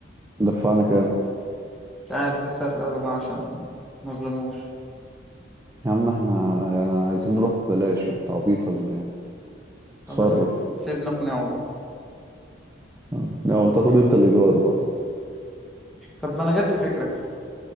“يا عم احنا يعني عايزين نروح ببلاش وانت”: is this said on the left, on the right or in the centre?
Right